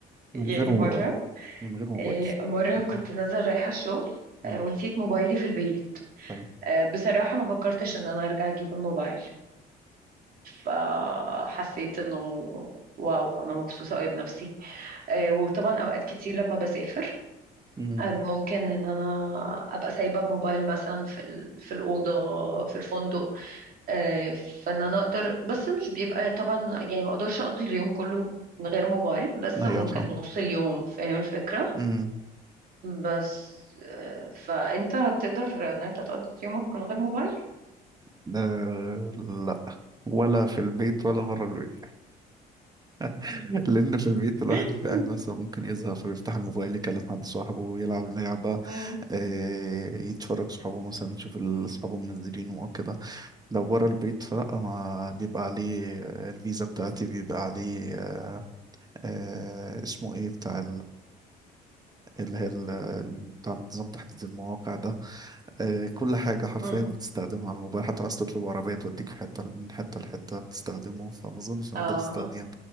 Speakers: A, on the right; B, on the right.
A: يعني
B: من غير موبايل
A: مرة
B: من غير موبايل
A: آه، مرة
B: مم.
A: كنت نازلة رايحة الشغل
B: مم.
A: آه، ونسيت موبايلي في البيت
B: حلو
A: آه، بصراحة ما فكرتش ان انا ارجع اجيب الموبايل فحسيت انه واو انا مبسوطة قوي بنفسي آه، وطبعا اوقات كتير لما بسافر
B: مم.
A: آه، ممكن ان انا ابقى سايبه موبايل مثلا في ال- في الاوضه في الفندق آه، فان انا اقدر بس مش بيبقى طبعا يعني ما اقدرش اقضي اليوم كله من غير موبايل بس
B: أيوة
A: ممكن
B: فاهم
A: نص اليوم فاهم الفكره
B: مم.
A: بس آه، فانت هتقدر ان انت تقضي يومك من غير موبايل
B: ده لأ ولا في البيت ولا بره البيت <laughs> لأن في البيت الواحد
A: <laughs>
B: بيبقى قاعد مثلا ممكن يزهق فبيفتح الموبايل يكلم حد صاحبه ويلعب لعبة
A: مم.
B: آه، يتفرج صحابه مثلا يشوف ال- صحابه منزلينه او كده لو بره البيت فلا ما بيبقى عليه آه، الفيزا بتاعتي بيبقى عليه آه، آه، اسمه ايه بتاع اللي هي ال- ال- بتاع نظام تحديد المواقع ده آه، كل حاجة حرفيا
A: مم.
B: بتستخدمها على الموبايل حتى عايز تطلب عربية توديك في حتة من حتة لحتة بتستخدمه فما أظنش إن
A: اه
B: أقدر أستخدمه يعني